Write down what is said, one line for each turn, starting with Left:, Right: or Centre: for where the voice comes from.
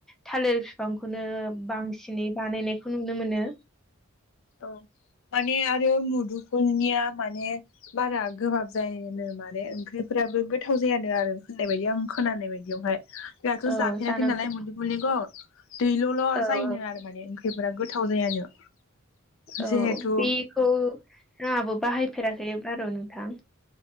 Centre: थालिर फिफांखौनो बांसिनै बानायनायखौ नुनो मोनो
Left: औ माने आरो मुदुफुलनिया माने बारा गोबाब जायो माने ओंख्रिफोराबो गोथाव जायानो आरो होननाय बायदि आं खोनानाय बायदि बेयावहाय जाहाथ
Centre: औ
Left: जाफेराखै
Centre: जानांगौ
Left: नालाय मुदुफुलनिखौ दैल'-ल'
Centre: औ
Left: जायनो
Centre: औ
Left: आरो माने ओंख्रिफोरा गोथाव जायानो जिहेथु
Centre: औ बेखौ आंङाबो बाहायफेराखै बारु नोंथां